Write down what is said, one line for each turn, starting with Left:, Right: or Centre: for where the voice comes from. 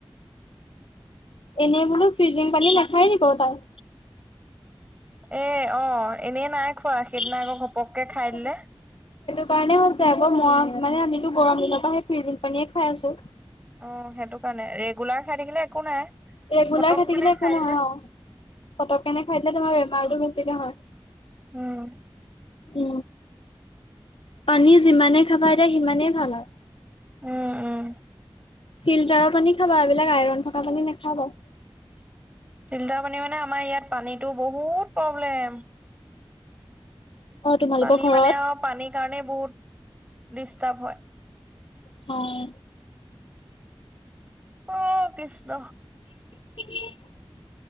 Left: এনেই বোলো ফ্ৰিজিং পানী নাখায় নি বাৰু তাই?
Right: এ অ', এনেই নাই খোৱা সেইদিনা
Left: সেইটো
Right: আকৌ ঘপককে খাই দিলে
Left: কাৰণে হৈছে আকৌ, ম-মানে আমিতো গৰম দিনৰ মই সেই ফ্ৰিজিং পানীয়ে খাই আছো।
Right: অ'। সেইটো কাৰণে, ৰেগুলাৰ খাই থাকিলে একো নাই।
Left: ৰেগুলাৰ
Right: পটক
Left: খাই থাকিলে
Right: কেনে
Left: একো নহয়
Right: দিলে
Left: অ', পতককেনে খাই দিলে তোমাৰ বেমাৰতটো বেছিকে হয়।
Right: উম।
Left: উ, পানী যিমানে খাবা এতিয়া সিমানেই ভাল আৰু।
Right: উম, উম।
Left: ফিল্টাৰৰ পানী খাবা, এইবিলাক আইৰন থকা পানী নাখাবা।
Right: ফিল্টাৰ পানী মানে আমাৰ ইয়াত পানীতো বহুত প্ৰব্লেম।
Left: অ' তোমালোকৰ
Right: পানী
Left: ঘৰত?
Right: মানে আৰু পানীৰ কাৰণেই বহুত ডিষ্টাৰ্ব হয়।
Left: হয়।
Right: অও কৃষ্ণ।
Left: <unintelligible>